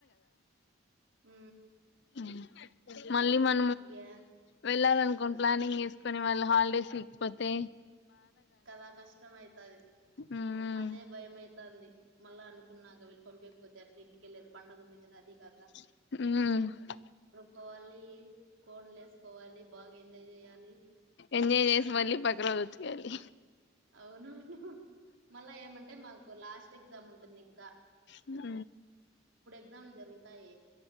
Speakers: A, on the right (about 80°); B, on the left (about 60°).
A: ఊ
B: హు మళ్ళీ మ
A: ఈగా
B: వెళ్ళాలన్కోన్ ప్లానింగ్ ఏస్కొని వాళ్ళ హాల్డేస్ ఈక్ పోతే
A: కదా కష్టం ఐతది,
B: ఉమ్
A: అదే భయమైయ్ తంది మళ్ళా అనుకున్నాక వీళ్ళు పంపియక్ పొతె ఎట్ల ఇంటికెలేదు పండగ ఉంది కదా అది కాక
B: ఉ
A: కోవాలి కోన్లేసుకోవాలి బాగా ఎంజాయ్ చేయాలి.
B: ఎంజాయ్ చేసి మళ్ళీ పక్క రోజు వచ్చేయాలి.
A: అవున్ అవును హు మళ్ళా ఏమంటే మాకు లాస్ట్ ఎగ్జామ్ ఉం టుంది ఇంకా
B: హు
A: గ్జామ్లు జరువుతాయి.